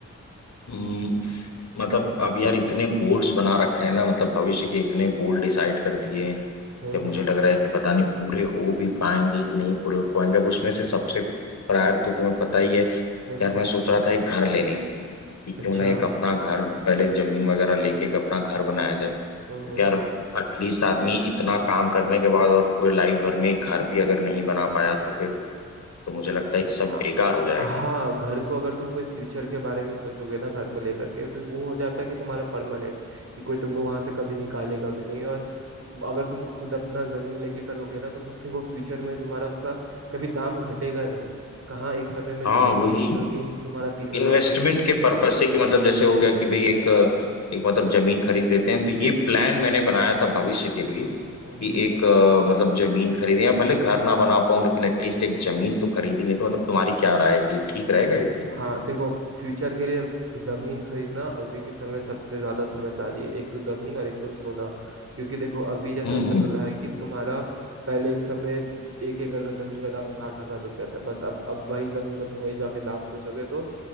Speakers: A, on the left; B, on the right.
A: हम्म, मतलब अब यार इतने गोल्स बना रखे हैं ना मतलब भविष्य के इतने गोल डिसाइड कर दिए हैं
B: हम्म
A: जब मुझे
B: हम्म
A: लग रहा है कि पता नहीं पूरे हो भी पाएंगे कि नहीं पूरे हो पाएंगे अब उसमें से सबसे प्रायर तो तुम्हें पता ही है
B: हम्म
A: यार मैं सोच रहा था एक घर लेने की कि क्यों
B: अच्छा
A: ना एक अपना घर पहले जमीन वगैरह लेके एक अपना घर बनाया जाए क्योंकि
B: हम्म
A: यार एटलीस्ट आदमी इतना काम करने के बाद और पूरे लाइफ भर में एक घर भी अगर नहीं बना पाया तो फिर तो मुझे लगता है कि सब
B: आ-
A: बेकार हो जाएगा
B: हाँ घर को अगर तुम कोई फ्यूचर के बारे में सोचोगे ना घर को लेकर के तो वो हो जाता है कि तुम्हारा परमानेंट कि कोई तुमको वहां से कभी निकालेगा भी नहीं और अगर तुम खुद अपना जमीन लेके करोगे ना तो वो फिर वो फ्यूचर में तुम्हारा उसका कभी दाम घटेगा नहीं कहाँ एक समय में
A: हाँ
B: जो
A: वही
B: जमीन तुम्हारा तीस हजार
A: इन्वेस्टमेंट
B: में
A: के पर्पज से कि मतलब जैसे हो गया कि भाई एक एक मतलब जमीन खरीद लेते हैं तो ये प्लान मैंने बनाया था भविष्य के लिए कि
B: हम्म
A: एक अ, मतलब जमीन खरीदें या भले घर ना बना पाऊं लेकिन एटलीस्ट एक जमीन तो खरीदी नहीं तो मतलब तुम्हारी क्या राय है कि ठीक रहेगा ये चीज
B: हाँ देखो फ्यूचर के लिए जमीन खरीदना अभी के समय सबसे ज्यादा समझदारी है एक तो जमीन और एक तो सोना क्योंकि देखो अभी जैसा
A: हम्म
B: चल
A: हम्म
B: रहा है कि तुम्हारा पहले एक समय एक एकड़ का जमीन का दाम साठ हजार रुपया था बस अब अब वही जमीन का तुम वही जाके दाम पूछोगे तो